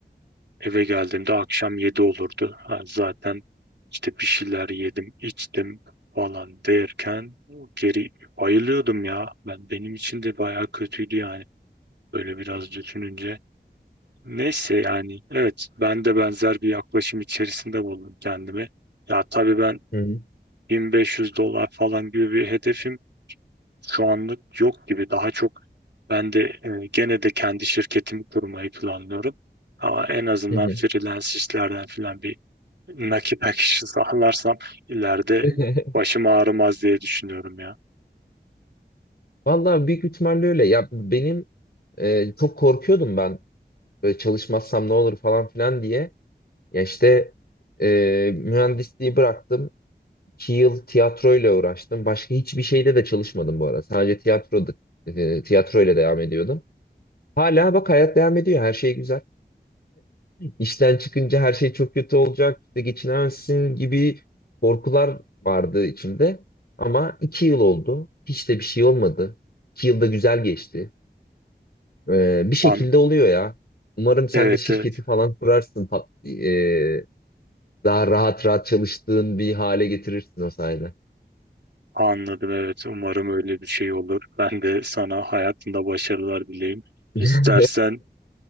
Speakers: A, on the right; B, on the left.
A: eve geldiğimde akşam yedi olurdu ha, zaten işte bir şeyler yedim içtim falan derken geri bayılıyordum ya ben benim için de bayağı kötüydü yani böyle biraz düşününce neyse yani evet ben de benzer bir yaklaşım içerisinde buldum kendimi ya tabii ben
B: hı hı,
A: 1500 dolar falan gibi bir hedefim Şu anlık yok gibi. Daha çok ben de e, gene de kendi şirketimi kurmayı planlıyorum. Ama en azından
B: hı hı.
A: freelance işlerden filan bir nakit <laughs> akışı sağlarsam ileride
B: <laughs>
A: başım ağrımaz diye düşünüyorum ya.
B: Vallahi büyük ihtimalle öyle. Ya benim e, çok korkuyordum ben böyle çalışmazsam ne olur falan filan diye. Ya işte e, mühendisliği bıraktım. İki yıl tiyatroyla uğraştım. Başka hiçbir şeyde de çalışmadım bu arada. Sadece tiyatroda, e, tiyatroyla devam ediyordum. Hala bak hayat devam ediyor. Her şey güzel. İşten çıkınca her şey çok kötü olacak, işte geçinemezsin gibi korkular vardı içimde. Ama iki yıl oldu. Hiç de bir şey olmadı. İki yılda güzel geçti. Ee, bir şekilde
A: An
B: oluyor ya. Umarım sen
A: evet,
B: de şirketi
A: evet
B: falan kurarsın. Tat- ee, daha rahat rahat çalıştığın bir hale getirirsin o sayede.
A: anladım evet umarım öyle bir şey olur. Ben de sana hayatında başarılar dileyim.
B: <laughs>
A: İstersen